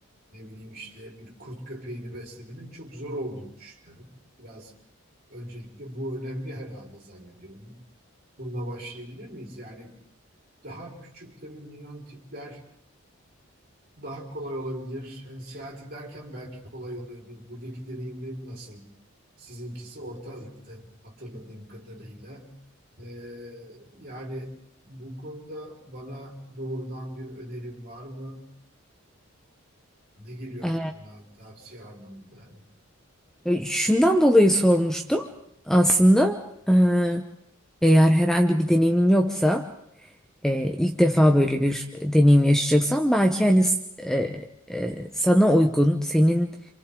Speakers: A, on the right; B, in the centre.
A: ne bileyim işte bir kurt köpeğini beslemenin çok zor olduğunu düşünüyorum. Biraz öncelikle bu önemli herhalde zannediyorum. Bununla başlayabilir miyiz? Yani daha küçük tabii minyon tipler daha kolay olabilir. E, Seyahati derken belki kolay oluyordur. Buradaki deneyimleri nasıl? Sizinkisi orta ırktı hatırladığım kadarıyla. E, yani bu konuda bana doğrudan bir önerim var mı? Ne geliyor
B: E,
A: aklına tavsiye anlamında?
B: e, şundan dolayı sormuştum aslında. E, eğer herhangi bir deneyimin yoksa e, ilk defa böyle bir deneyim yaşayacaksan belki hani e, e, sana uygun, senin